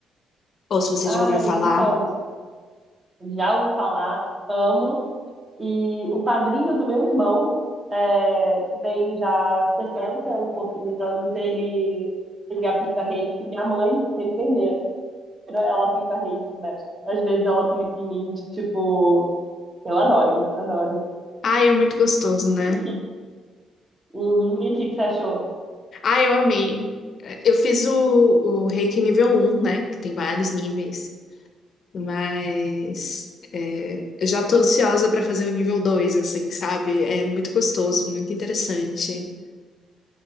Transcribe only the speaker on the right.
Ai,
então, já ouvi falar, amo. E o padrinho do meu irmão, é, que tem já 60 e pouquinhos anos, ele, ele aplica reiki. Minha mãe, que é enfermeira, ela aplica reiki, né? Às vezes ela aplica em mim, tipo, eu adoro, adoro.
E o que, uhum, e o que que você achou?